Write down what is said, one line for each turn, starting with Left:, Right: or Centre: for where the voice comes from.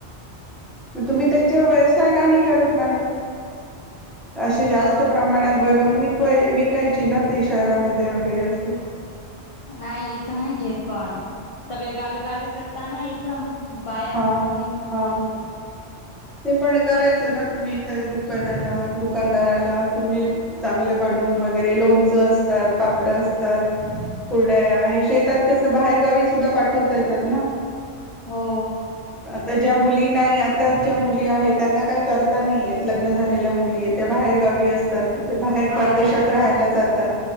Centre: मग तुम्ही त्याचे व्यवसाय का नाही करत मॅडम. असे जास्त
Left: अ
Centre: प्रमाणात बनवून व विक विकायची ना ती शहरामध्ये वगैरे असं.
Left: नाही इथं नाही घेत पण सगळे गावी गावी करताना इथं. बाया
Centre: हा
Left: म्हणून इथं नाही
Centre: हा
Left: घेत.
Centre: ते पण करायचं ना तुम्ही एखाद्या दुकानाला दुकानदाराला तुम्ही चांगले बनून वगैरे लोणचं असतात, पापड असतात, कुरडया हे शेतात कसं बाहेरगावी सुद्धा पाठवता येतात ना.
Left: हो.
Centre: तर ज्या मुलींना आता च्या मुली आहेत त्यांना काही करता नाहीेत लग्न झालेल्या मुली आहेत त्या बाहेर गावी अस तात ते बाहेर
Left: हा
Centre: परदेशात
Left: त्यांना
Centre: राहायला
Left: का
Centre: जातात,